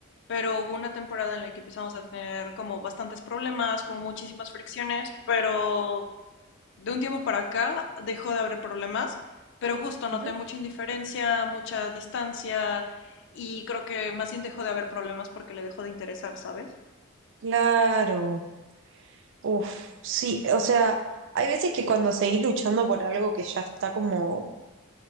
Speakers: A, on the left (about 55°); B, on the right (about 60°).
A: pero hubo una temporada en la que empezamos a tener como bastantes problemas, como muchísimas fricciones, pero de un tiempo para acá dejó de haber problemas, pero justo noté
B: Ujú.
A: mucha indiferencia, mucha distancia y creo que más bien dejó de haber problemas porque le dejó de interesar, ¿sabes?
B: Claro. Uf, sí, o sea, hay veces que cuando seguís luchando por algo que ya está como,